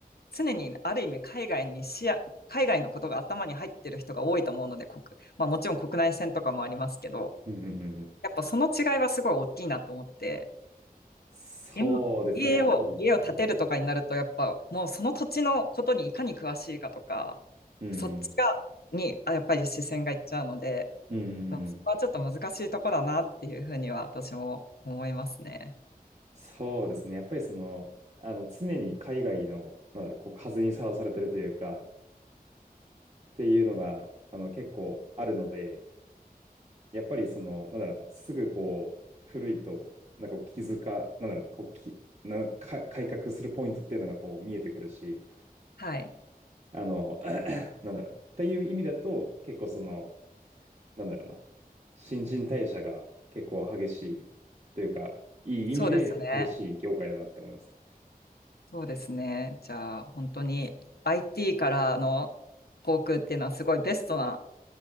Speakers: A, on the left; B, on the right.
A: 常にある意味海外に視野、海外のことが頭に入ってる人が多いと思うので、国、まあもちろん国内線とかもありますけど、
B: うんうんうんうん。
A: やっぱその違いはすごい大きいなと思って、
B: そうですね、
A: 今家を、
B: やっぱり。
A: 家を建てるとかになると、
B: うん。
A: やっぱもうその土地のことにいかに詳しいかとか、
B: うん
A: そっちが、に、あやっぱり視線がいっちゃうので、
B: うんうんうん。
A: まあ、そこはちょっと難しいとこだなっていうふうには私も思いますね。
B: そうですね、やっぱりその、あの、常に海外の、なんだろう、こう、風にさらされてるというか、っていうのが、あの、結構あるので、やっぱりその、なんだろうな、すぐこう、古いと、なんかこう気づか、なんだろうな、こう、き、なんか改革するポイントっていうのがこう見えてくるし、
A: はい。
B: あの、<coughs> <clears throat> なんだろう。っていう意味だと、結構その、なんだろうな。新陳代謝が結構激しいというか、いい意味で激しい業界だなって思いますね。
A: そうですね。そうですね。じゃあ、本当に IT からの航空っていうのはすごいベストな